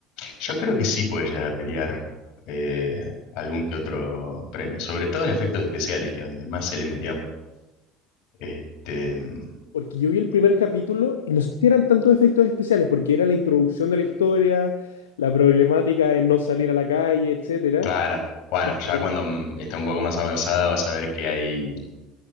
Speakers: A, on the left; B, on the left.
A: yo creo que sí puede llegar a pelear eh, algún que otro premio, sobre todo en efectos especiales, que es donde más se le metió. Este, mm,
B: Porque yo vi el primer capítulo y no sé si eran tantos efectos especiales, porque era la introducción de la historia, la problemática de no salir a la calle, etcétera.
A: Claro. Bueno,
B: Entonces,
A: ya cuando mm, esté un poco más avanzada vas a ver que hay,